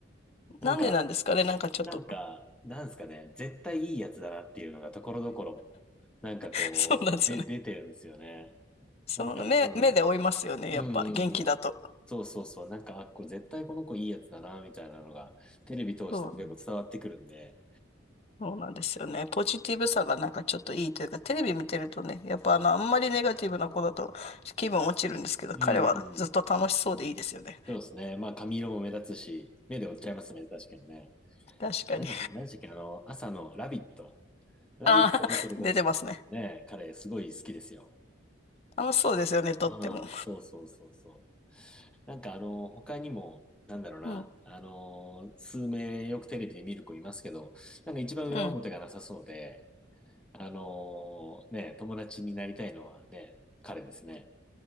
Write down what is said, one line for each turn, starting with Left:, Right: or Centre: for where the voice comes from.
Centre: なんか、
Left: なんでなんですかねなんかちょっと
Centre: なんか、なんですかね。絶対いいやつだなっていうのがところどころ、なんかこう、
Left: <laughs> そうなんですよね。
Centre: で、出てるんですよね。
Left: そう、
Centre: なんか、
Left: 目、
Centre: うん。
Left: 目で追いますよね。
Centre: うんうんうん。
Left: やっぱ元気だと。
Centre: そうそうそう。なんか、あ、こう絶対この子いいやつだな、みたいなのが、テレビ通しても結構伝わってくるんで。
Left: そう、そうなんですよね。ポジティブさがなんかちょっといいというか、テレビ見てるとね、やっぱあの、あんまりネガティブな子だと気分落ちるんですけど、
Centre: うんうん。
Left: 彼はずっと楽しそうでいいですよね。
Centre: そうですね。まあ、髪色も目立つし、目で追っちゃいますね。確かにね。
Left: 確かに。
Centre: なんで、何でしたっけ、あの、朝のラビット。ラビット出てる時のね、
Left: ああ、出てますね。
Centre: 彼、すごい好きですよ。
Left: 楽しそうですよね、とっても。
Centre: うん、そうそうそうそう。なんか、あの、他にも、なんだろうな。
Left: うん。
Centre: あの、数名よくテレビで見る子いますけど、なんか一番裏表がなさそうで、
Left: うん。
Centre: あのーね、友達になりたいのはね、彼ですね。